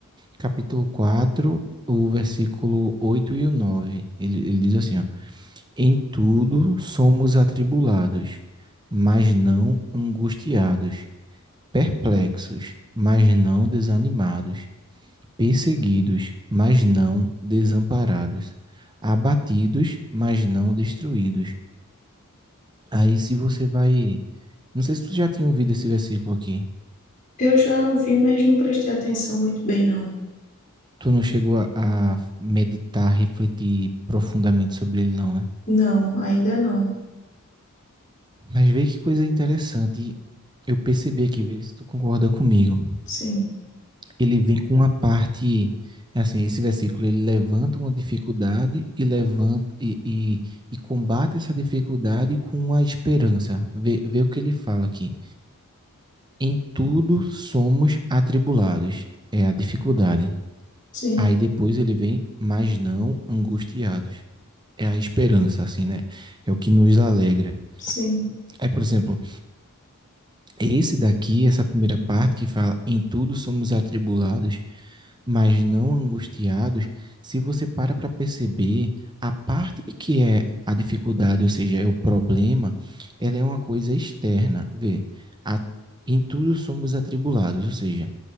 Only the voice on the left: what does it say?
Eu já ouvi, mas não prestei atenção muito bem, não.
Não, ainda não.
Sim,
sim,
sim,